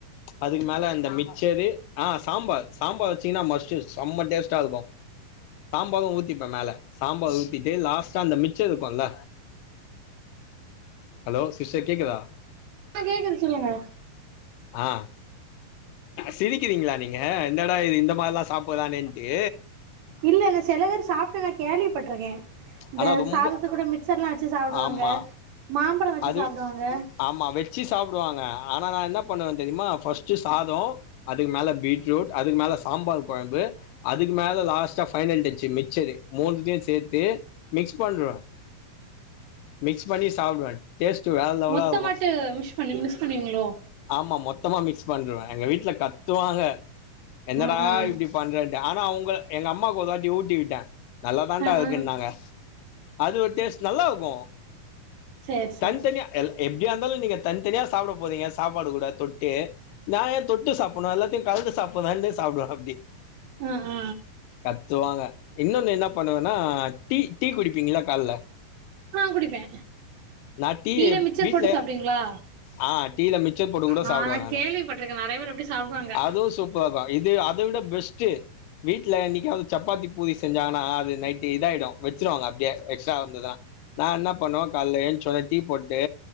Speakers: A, on the left (about 80°); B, on the right (about 85°).
A: அதுக்கு மேல அந்த மிச்சரு ஆ சாம்பார் சாம்பார் வச்சிங்கன்னா மஸ்ட்டு செம்ம டேஸ்ட்டா இருக்கு சாம்பாரு ஊத்திப்ப மேல சாம்பார் ஊத்திட்டு லாஸ்ட்டா அந்த மிச்ச இருக்குல்ல ஹலோ சிஸ்டர் கேக்குதா
B: ஆ கேக்குது சொல்லுங்க
A: ஆ சிரிக்கிறீங்ளா நீங்க என்டா இது இந்த மாரில்லா சாப்பறானேன்ட்டு
B: இல்லல்ல செல பேர் சாப்ட்டு நா கேள்விப்பட்ருக்கே இந்த
A: ஆனா ரொம்ப
B: சாதத்துக் குட மிச்சர்லா வச்சி சாப்டுவாங்க
A: ஆமா
B: மாம்பழோ வச்சு
A: அது
B: சாப்டுவாங்க
A: ஆமா வெச்சி சாப்டுவாங்க ஆனா நா என்ன பண்ணுவே தெரிமா ஃபர்ஸ்ட்டு சாதோ அதுக்கு மேல பீட்ரோட் அதுக்கு மேல சாம்பார் கொழம்பு அதுக்கு மேல லாஸ்ட்டா ஃபைனல் டச்சு மிச்சரு மூனுத்தியு சேத்து மிக்ஸ் பண்ருவே மிக்ஸ் பண்ணி சாப்டுவே டேஸ்ட்டு வேற லெவலா
B: மொத்த
A: இருக்கு
B: மாட்டு மிஸ் பண்ணு மிஸ் பண்ணுவீங்ளோ
A: ஆமா மொத்தமா மிக்ஸ் பண்ருவே எங்க வீட்ல கத்துவாங்க என்னடா
B: ம் ம்
A: இப்டி பண்றேன்டு ஆனா அவங்க எங்க அம்மாக்கு ஒரு தாட்டி ஊட்டி விட்டே நல்லாதான்டா
B: ஆ
A: இருக்குன்னாங்க
B: ஆ
A: அது ஒரு டேஸ்ட் நல்லாருக்கு
B: சேரி சேரி
A: தனி தனியா எல் எப்டியாருந்தாலு நீங்க தனி தனியா சாப்ட போறீங்க சாப்பாடு கூட தொட்டு நா ஏ தொட்டு சாப்புட்னு எல்லாத்யு கழன்டு சாப்பதா இருந்தா சாப்டுவே அப்டி
B: அ அ
A: கத்துவாங்க இன்னொன்னு என்ன பண்ணுவேனா டீ டீ குடிப்பீங்ள கால்ல
B: ஆ குடிப்பே
A: நா டீயே
B: டீல மிச்சர்
A: வீட்ல
B: போட்டு சாப்டுவீங்களா
A: ஆ டீல மிச்சர் போட்டு குட
B: ஆ
A: சாப்டுவே
B: நா
A: நானு
B: கேள்விப்பட்டிருக்கே நெறைய பேர் அப்டி சாப்டுவாங்க
A: அதுவு சூப் நா வா இது அத விட பெஸ்ட்டு வீட்ல என்னிக்காது சப்பாத்தி பூரி செஞ்சாங்கன்னா அது நைட்டு இதாயிடு வெச்சுருவாங்க அப்டியே எக்ஸ்ட்டா வந்ததா நா என்னா பண்ணுவே கால்ல ஏன்ச்ச ஒடனே டீ போட்டு